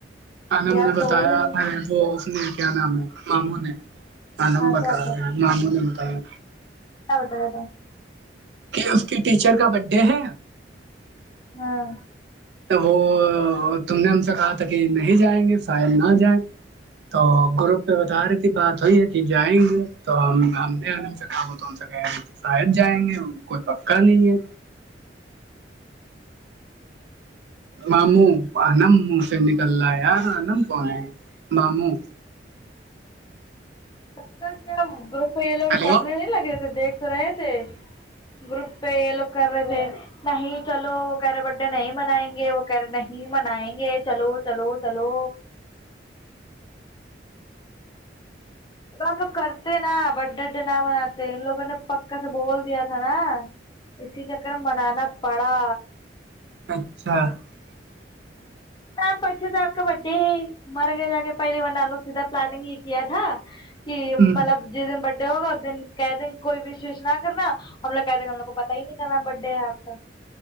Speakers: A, on the right; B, on the left.
A: انم
B: یاد
A: نے
B: تو
A: بتایا
B: ہو گئی
A: ارے وہ اس نے کیا نام ہے ماموں نے انم
B: ہاں
A: بتایا
B: کیا
A: اے ن نہیں نہیں بتائیں
B: ہود تو
A: کہ اس کی ٹیچر کا برتھ ڈے ہے
B: ہاں
A: وہ تم نے ہم سے کہا تھا کہ نہیں جائیں گے فائل نہ جائیں تو گروپ پہ بتا رہی تھی بات ہوئی ہے کہ جائیں گے تو ہم ہم د سے کہ شاید جائیں گے کوئی پکا نہیں ہے ماموں انم من سے نکل رہا ہے یار انم کون ماموں
B: س کا کیا گروپ ہے یہ لوگ
A: ہیلو
B: مرنے نہیں لگے تھے دیکھ رہے تھے گروپ ای لوک رہ ہے نہیں چلو وہ کہہ رہے بر ڈے نہیں منائیں گے وہ کہے نہیں منائیں گے چلو چلو چلو ہم لوگ کرتے ہیں نا برڈ ڈ ڈے نہ مناتے ان لوگوں نے پکا سے بول دیا تھا نا اسی چکر میں منانا پڑا
A: اچھا <inaudible>
B: مم پچھے سے آپ کا بھ ڈے ہی مر گئے جا کے پہلی بار نوگ سیدھا پلاننگ ہی کیا تھا کہ
A: ہ
B: مطلب جس دن بڈے ہوگا اس دن کہ دن کوئی وشوش نہ کرنا ہم لوگ کہ تھے کہ ہم لوگ کو پتا ہی نہیں تھا میم برھ ڈے ہے آپ کا